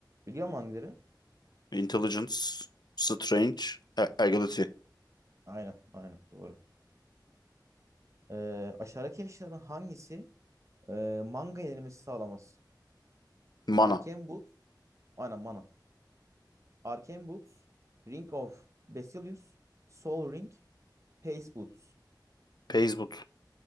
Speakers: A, on the right; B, on the left.
A: Biliyor musun hangileri?
B: Intelligence. Strange. A- Agility.
A: Aynen aynen doğru. Ee, aşağıdaki eşyaların hangisi e, manga yenilmesi sağlamaz?
B: Mana.
A: Arcane Boots. Aynen mana. Arcane Boots. Ring of Basilius. Soul Ring. Pace Boots.
B: Pace Boot.